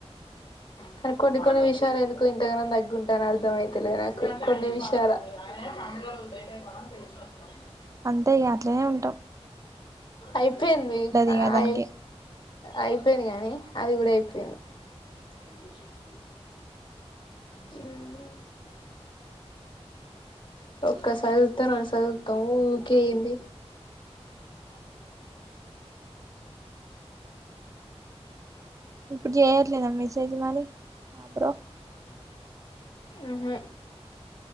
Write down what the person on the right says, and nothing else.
అంతే ఇగ అట్లనే ఉంటం.
ఇగ దానికి
ఇప్పుడు చెయట్లేదా మెసేజ్ మరి ఆ బ్రో